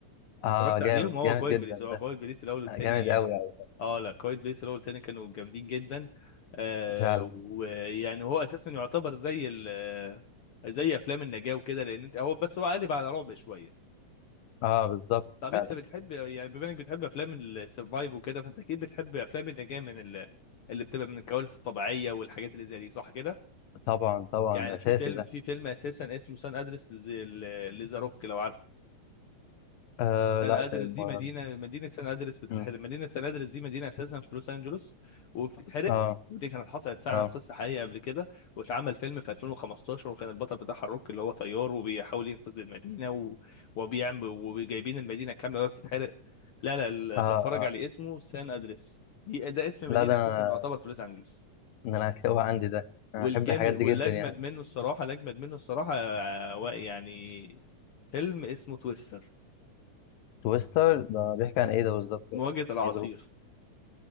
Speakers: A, on the left (about 85°); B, on the left (about 70°).
A: اه
B: اتفرجت
A: جامد
B: عليهم هو
A: جامد
B: كويت
A: جدا
B: بليس
A: ده
B: هو كويت بليس الاول والتاني
A: آه، جامد قوي قوي
B: اه لا كويت بليس الاول والتاني كانوا جامدين جدا آه
A: فعلا
B: ويعني هو اساسا يعتبر زي ال زي افلام النجاة وكده لان انت هو بس هو قالب على رعب شويه
A: اه بالظبط
B: طب
A: فعلا
B: انت بتحب يعني بما انك بتحب افلام السرفايف وكده فانت اكيد بتحب افلام اللي جايه من ال... اللي بتبقى من الكوارث الطبيعيه والحاجات اللي زي دي صح كده
A: طبعا طبعا
B: يعني
A: ده اساسي
B: في فيلم
A: ده
B: في فيلم اساسا اسمه سان ادرس لذا روك لو عارفه
A: آه
B: سان
A: لا
B: ادرس
A: طيب
B: دي
A: ما-
B: مدينه مدينه سان ادرس بتتحرق
A: مم.
B: مدينه سان ادرس دي مدينه اساسا في لوس انجلوس وبتتحرق
A: اه
B: ودي كانت حصلت فعلا
A: اه
B: قصه حقيقيه قبل كده واتعمل فيلم في 2015 وكان البطل بتاعها الروك اللي هو طيار وبيحاول ينقذ المدينه و... وبيعمل وجايبين المدينه كامله وهي بتتحرق لا لا ال-
A: اه
B: بتفرج
A: اه
B: على اسمه سان ادرس دي ده اسم
A: لا
B: مدينه
A: ده انا
B: اساسا يعتبر في لوس انجلوس
A: ده انا هتلاقيه عندي ده انا
B: والجامد
A: بحب الحاجات دي
B: والاجمد
A: جدا يعني
B: منه الصراحه الاجمد منه الصراحه آه، يعني فيلم اسمه تويستر
A: تويستر ده بيحكي عن ايه ده بالظبط
B: مواجهه
A: ولا يعني
B: العصير
A: ايه ظروف